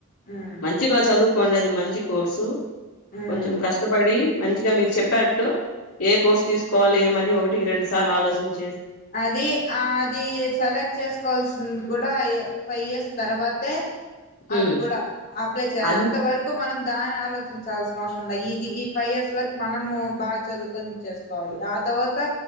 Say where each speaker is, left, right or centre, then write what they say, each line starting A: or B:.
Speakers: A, on the left; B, on the left.
A: ఉమ్
B: మంచిగా చదువుకోండి అది మంచి కోర్సు
A: ఉమ్
B: కొంచం కష్టపడి మంచి మీరు చెప్పేట్టు ఏ కోర్సు తీసుకోవాలి ఏమని ఒకటి రెండు సార్లు ఆలోచించ
A: అది అది సెలెక్ట్ చేసుకోవాల్సింది కూడా ఫైవ్ ఇయర్స్ తర్వాతే
B: హ్మ్.
A: అవి కూడా అప్లై చేయాలి
B: అన్
A: అంత వరకు మనం దాని ఆలోచించాల్సిన అవసరం ఇది ఈ ఫైవ్ ఇయర్స్ వరకు మనము బాగా చదువుకొని చేసుకోవాలి తర్వాత